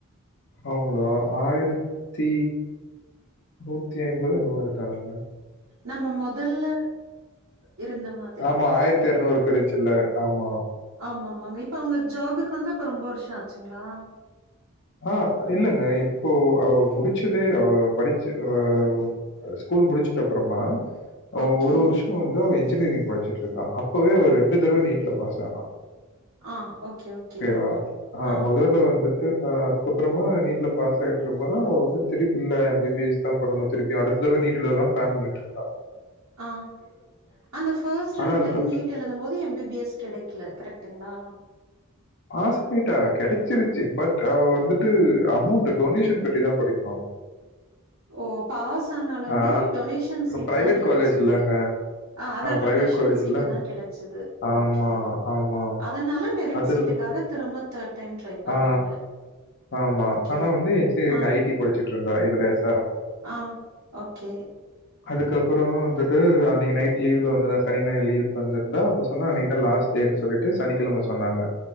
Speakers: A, on the left (about 55°); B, on the right (about 75°).
A: அவங்களோ ஆயிரத்தி நூத்தி ஐம்பதோ என்னமோ எடுத்தாங்க
B: நம்ம மொதல்ல இருந்தமா
A: ஆமா ஆயிரத்தி எரநூறுக்கு இருஞ்சுல்ல ஆமா
B: ஆமா ஆமாங்க இப்ப அவங்க ஜாபுக்கு வந்து அப்ப ரொம்ப வருஷம் ஆச்சுங்களா
A: ஆ இல்லங்க இப்போ அவ முடிச்சதே அவ படிச்ச அ ஸ்கூல் முடிச்சிட்டு அப்பறமா
B: ஓகே
A: ஒரு வருஷோ ன் வந்து அவ இன்ஜினியரிங் படிச்சிட்டு இருந்தா அப்பவே அவ ரெண்டு தடவ நீட்ல பாஸ் ஆனா
B: ஆ ஓகே ஓகே
A: ஓகேவா அ
B: ஆ
A: மொதல்ல வந் ஆ அதுக்கப்பறமா நீட்ல பாஸ் ஆயிட்டு இருக்கு போதான் அவ வந்து திருப் இல்ல எம் பி பி எஸ் தான் பண்ணுனு திருப்பியு அடுத்ததறவ நீட் எழுதலானு ப்ளான் பண்ணிட்டு இருக்கா
B: ஆ அந்த பஸ்டு
A: ஆனா
B: ரெண்டு
A: அதுக்கப்புறம்
B: டைம் நீட் எழுதும் போது எம் பி பி எஸ் கெடைக்கல கரெக்டுங்களா
A: பாஸ் ஆயிட்டா கெடச்சிருச்சு பட் அவ வந்துட்டு அமௌண்ட் டொனேஷன் கட்டி தா படிக்குனு
B: ஓ பாஸ் ஆனாலுமே
A: ஆ
B: டொனேஷன் சீட்டு
A: பிரைவேட்
B: தா கெடச்சது
A: காலேஜ்லங்க.
B: ஆ அதா டொனேஷன்
A: பிரைவேட் காலேஜ்ல.
B: சீட்டு தா கெடச்சது
A: ஆமா,
B: ஓகே
A: ஆமா, ஆமா.
B: அதனால மெரிட்
A: அதில்
B: சீட்டுக் தக திரும்ப தேட் டைம் ட்ரை பண்ணாங்க.
A: ஆ ஆமா
B: ஓகே.
A: ஆனா வந்து என்ஜினியரிங்
B: ஆ,
A: ஐ டி படிச்சுட்டு இருந்தா இதுலயாச்
B: ஆ ஓகே
A: அதுக்கப்றோ வந்துட்டு அன்னைக்கு நைட் லீ்வுல வந்துருந்தா சனி ஞாயிறு லீவுக்கு வந்துருந்தா அப்ப சொன்னா அன்னைக்கு தா லாஸ்ட் டேன்னு சொல்லிட்டு சனிக்கெழம சொன்னாங்க